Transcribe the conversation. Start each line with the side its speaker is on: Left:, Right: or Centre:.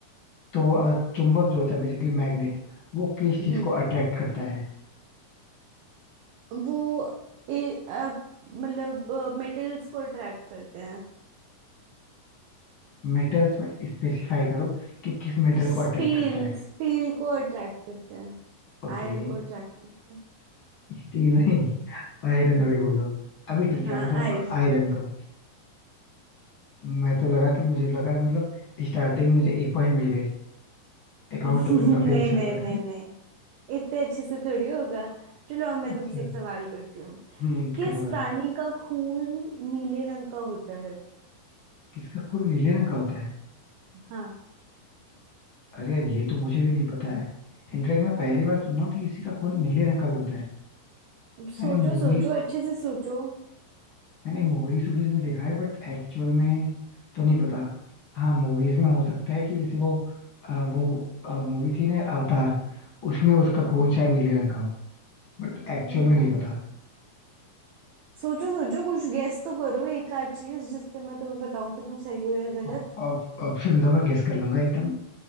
Left: तो अ, चुंबक जो होता है बेसिकली मैग्नेट वो किस
Right: हम्म
Left: चीज को अट्रैक्ट करता है
Right: हम्म। वो ए, अ, मतलब मेटल्स को अट्रैक्ट करते हैं
Left: मेटल्स में स्पेसिफाई करो कि किस मेटल
Right: स्टील
Left: को अट्रैक्ट करता है
Right: स्टील को अट्रैक्ट करते हैं
Left: ओके
Right: आयरन को अट्रैक्ट करते हैं
Left: स्टील नहीं आयरन अभी बोलो अभी ठीक
Right: हाँ
Left: है आंसर आपका
Right: आयरन
Left: आयरन को मैं तो लगा कि मुझे लगा मतलब स्टार्टिंग मुझे एक पॉइंट मिल गए
Right: <laughs>
Left: अकाउंट
Right: नहीं
Left: ओपन काफी अच्छा
Right: नहीं
Left: हुआ
Right: नहीं
Left: है
Right: नहीं इतने अच्छे से थोड़ी होगा चलो अब मैं
Left: अच्छा
Right: तुमसे एक सवाल करती हूँ
Left: हम्म
Right: किस
Left: करो
Right: प्राणी
Left: करो
Right: का खून नीले रंग का होता है
Left: किसका खून नीले रंग का होता है
Right: हाँ
Left: अरे यार ये तो मुझे भी नहीं पता है इनफैक्ट मैं पहली बार सुन रहा हूँ कि किसी का खून नीले रंग का भी होता है
Right: सोचो
Left: मैंने मूवीज
Right: सोचो अच्छे से सोचो
Left: मैंने मूवीज वूवीज में देखा है बट एक्चुअल में तो नहीं पता हाँ मूवीज में हो सकता है कि जैसे वो अ, वो मूवी थी ना अवतार उसमें उसका
Right: हम्म
Left: खून शायद नीले रंग का हो बट एक्चुअल
Right: हम्म
Left: में नहीं पता
Right: सोचो सोचो कुछ गेस तो करो एक आध चीज जिससे मैं तुम्हें बताऊं कि तुम सही हो या गलत
Left: हाँ ऑप- ऑप्शन दो मैं गेस कर लूंगा एकदम